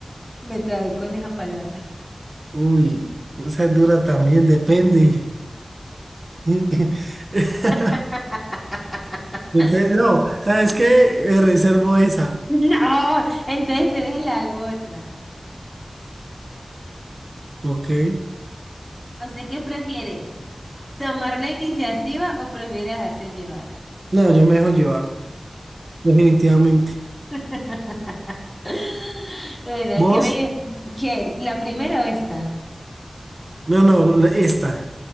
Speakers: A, in the centre; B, on the right.
A: Me trabé con esa palabra.
B: Uy, esa es dura también, depende. <laughs>
A: <laughs>
B: Depende, no, ¿sabes qué? Me reservo esa.
A: No, entonces le hago otra.
B: Ok. Eh,
A: ¿A usted qué prefiere? ¿Tomar la iniciativa o prefiere dejarse llevar?
B: No, yo me dejo llevar, definitivamente.
A: <laughs> Bueno,
B: ¿Vos?
A: ¿qué me... qué, la primera o esta.
B: No, no, la- esta.